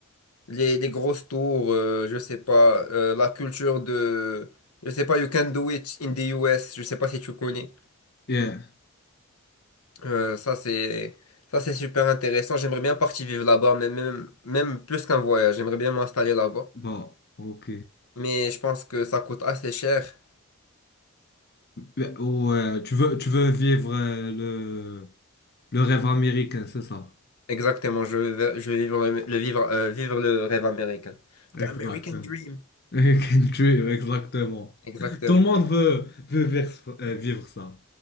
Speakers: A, on the left; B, on the left.
A: les, les grosses tours, euh, je sais pas, euh, la culture de, je sais pas, You Can Do It in the US, je sais pas si tu connais.
B: Yeah,
A: Euh, ça c'est, ça c'est super intéressant. J'aimerais bien partir vivre là-bas, mais même, même plus qu'un voyage, j'aimerais bien m'installer là-bas.
B: bah, ok.
A: Mais je pense que ça coûte assez cher.
B: Ouais, ouais, tu veux, tu veux vivre euh, le, le rêve américain, c'est ça?
A: Exactement, je vais, je vais vivre le, le vivre, euh, vivre le rêve américain.
B: Exact.
A: The American
B: <laughs>
A: Dream.
B: Can Tuer, exactement.
A: Exactement.
B: Tout le monde veut, veut vers- euh, vivre ça.